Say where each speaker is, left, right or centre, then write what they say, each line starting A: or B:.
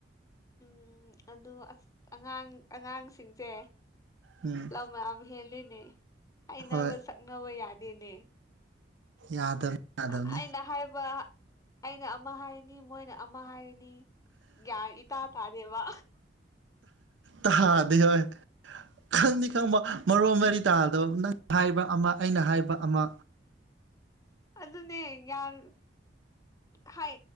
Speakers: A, on the left; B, on the right.
A: ꯎꯝ ꯑꯗꯨ ꯑꯁ ꯑꯉꯥꯡ ꯑꯉꯥꯡꯁꯤꯡꯁꯦ
B: ꯎꯝ
A: ꯂꯝ ꯌꯥꯝ ꯍꯦꯜꯂꯤꯅꯦ ꯍꯥꯏꯅꯕ
B: ꯍꯣꯏ
A: ꯁꯛꯅꯕ ꯌꯥꯗꯦꯅꯦ
B: ꯌꯥꯗꯕꯅꯤ ꯌꯥꯗꯕꯅꯤ
A: ꯑꯩꯅ ꯍꯥꯏꯕ ꯑꯩꯅ ꯑꯃ ꯍꯥꯏꯅꯤ ꯃꯣꯏꯅ ꯑꯃ ꯍꯥꯏꯔꯤꯅꯤ ꯒꯌꯥꯟ ꯏꯇ ꯇꯥꯗꯕ
B: ꯇꯍꯥꯥꯗ ꯍꯣꯏ ꯈꯪꯅꯤ ꯈꯪꯕꯥ ꯃꯔꯣ ꯃꯔꯤ ꯇꯥꯗꯕ ꯅꯪ ꯍꯥꯏꯕ ꯑꯃ ꯑꯩꯅ ꯍꯥꯏꯕ ꯑꯃ
A: ꯑꯗꯨꯅꯦ ꯌꯥꯝ ꯈꯥꯏ